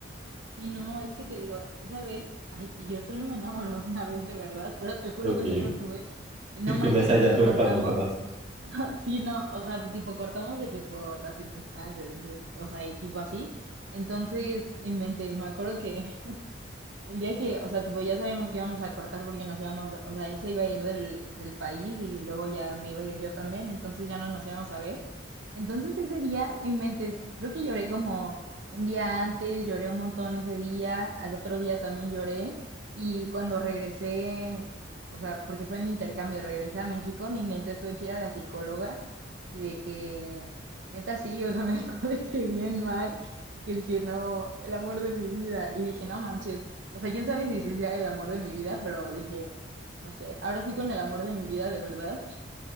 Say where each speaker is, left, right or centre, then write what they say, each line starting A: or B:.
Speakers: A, on the right; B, on the right.
A: sí, no, es que te digo, esa vez, ay, yo solo me enamoré <laughs> una vez de verdad, pero te juro
B: okay
A: que en esa tuve.
B: <laughs>
A: Y no
B: Y
A: manches,
B: con esa ya
A: cuando
B: tuve
A: cortamos,
B: para nunca más.
A: <laughs> sí, no, o sea, tipo cortamos de que por las circunstancias, es- es- o sea, y tipo así. Entonces, no inventes, me acuerdo que el día que, o sea, tipo, ya sabíamos que íbamos a cortar porque nos íbamos, o sea, él se iba a ir del, del país y luego ya me iba a ir yo también, entonces ya no nos íbamos a ver. Entonces ese día, mi inventes, creo que lloré como un día antes, lloré un montón ese día, al otro día también lloré y cuando regresé, o sea, porque fue en el intercambio, regresé a México, mi mente tuve que ir a la psicóloga y de que, neta sí, o sea, <laughs> me dejó de que bien mal, porque dije, no, el amor de mi vida, y dije, no manches, o sea, quién sabe si sí sea el amor de mi vida, pero dije, no sé, ahora sí con el amor de mi vida de verdad,